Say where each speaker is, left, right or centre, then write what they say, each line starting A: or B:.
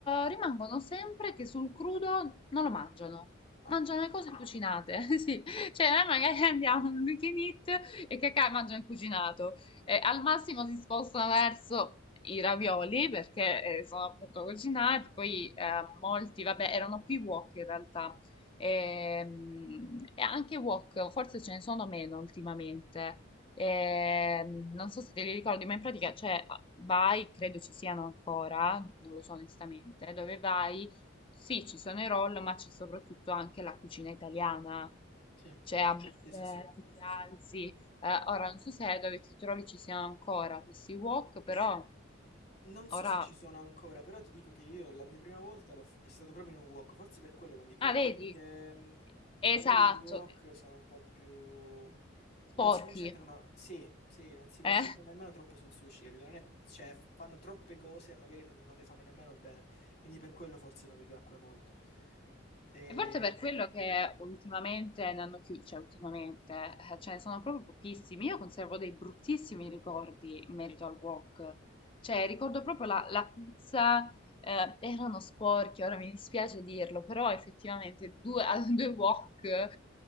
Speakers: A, on the left (about 25°); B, on the left (about 45°).
A: eh, rimangono sempre che sul crudo non lo mangiano.
B: Ah,
A: Mangiano le cose cucinate, <laughs> sì. Cioè, noi magari andiamo in un weekend eat e cacà mangiano il cucinato. E al massimo si spostano verso i ravioli perché eh, sono appunto cucinati. Poi eh, molti, vabbè, erano più wok in realtà. Ehm, E, anche wok, forse ce ne sono meno ultimamente. E, mm, non so se te li ricordi, ma in pratica c'è vai, credo ci siano ancora, non lo so onestamente, dove vai, sì, ci sono i roll, ma c'è soprattutto anche la cucina italiana.
B: sì,
A: C'è a buffet,
B: sì, sì, sì.
A: tu ti alzi. Eh, ora non so se dove ti trovi ci siano ancora questi wok, però
B: Non so
A: ora...
B: se ci sono ancora, però ti dico che io la mia prima volta l'ho f- è stato proprio in un wok, forse per quello non mi piacque,
A: Ah, vedi?
B: perché mh,
A: Esatto,
B: magari i wok sono un po' più... non
A: sporchi.
B: si concentrano, sì, sì, non si concentrano
A: Eh?
B: nemmeno troppo sul sushi, capito? Non è- cioè, fanno troppe cose e magari non, non le fanno nemmeno bene, quindi per quello forse non mi piacque molto. Ehm,
A: E forse per quello che ultimamente ne hanno chiuso, cioè ultimamente eh, ce ne sono proprio pochissimi. Io conservo dei bruttissimi ricordi in merito al wok. Cioè, ricordo proprio la, la puzza, eh, erano sporchi, ora mi dispiace dirlo, però effettivamente due, <laughs> a due wok eh,